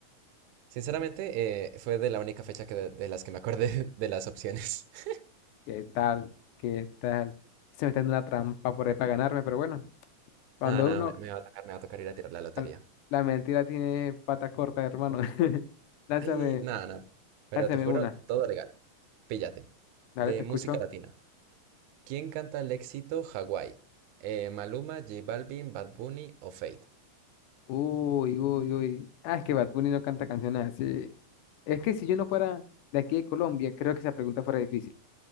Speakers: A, on the right; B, on the left.
A: Sinceramente, eh, fue de la única fecha que de, de las que me acordé <laughs> de las opciones. <laughs>
B: ¿Qué tal? ¿Qué tal? Se me está dando una trampa por ahí para ganarme, pero bueno, cuando
A: Nada, nada,
B: uno,
A: me, me va a tocar, me va a tocar ir a tirar la lotería.
B: al- la mentira tiene pata corta, hermano. <laughs> Lánzame,
A: Ay, nada, nada. Pero
B: lánzame
A: te juro,
B: una.
A: todo legal. Píllate.
B: Dale,
A: De
B: te escucho.
A: música latina. ¿Quién canta el éxito Hawái? Eh, Maluma, J Balvin, Bad Bunny o Fate.
B: Uy, uy, uy. Ah, es que Bad Bunny no canta canciones así. Es que si yo no fuera de aquí de Colombia, creo que esa pregunta fuera difícil,